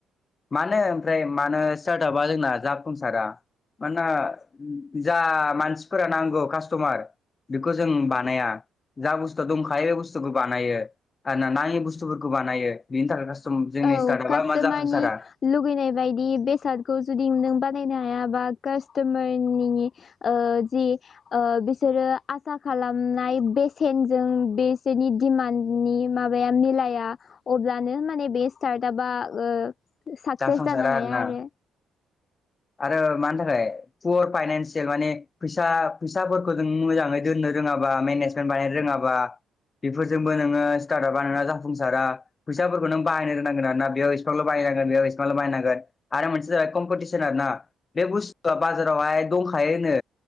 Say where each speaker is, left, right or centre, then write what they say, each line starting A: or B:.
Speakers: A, on the left; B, on the left.
A: मानो ओमफ्राय मानो स्टार्टआपा जोंना जाफुंसारा मानना जा मानसिफोरा नांगौ कास्टमार बेखौ जों बानाया जा बुस्थुआ दंखायो बे बुस्थुखौ बानायो आरोना नाङि बुस्थुफोरखौ बानायो बेनि थाखाय कास्टम जोंनि
B: औ
A: स्टार्टआपा
B: कास्ट'मारनि
A: मा जाफुंसारा
B: लुगैनाय बायदि बेसादखौ जुदि नों बा नायनो हायाबा कास्टमारनि ओ जि ओ बिसोरो आसा खालाम नाय बेसेनजों बेसोरनि दिमाननि माबाया मिलाया अब्लानो माने बे स्टार्टआपा ओ साकसेस
A: जाफुंसारा
B: जानो हाया
A: आरोना
B: आरो
A: आरो मानि थाखाय पर फाइनान्सियेल माने फैसा फैसाफोरखौ जों मोजाङै दोननो रोङाबा मेनेजमेन्ट बानायनो रोङाबा बेफोरजोंबो नोङो स्टार्टआबा नोंना जाफुंसारा फैसाफोरखौ नों बाहायनो रोंनांगोन आरोना बेयाव एसफारल' बाहाय बेयाव एसफारल' बाहायनांगोन आरो मोनसेया जाबाय कमपति सन आरोना बे बुस्थुआ बाजारावहाय दंखायो होनो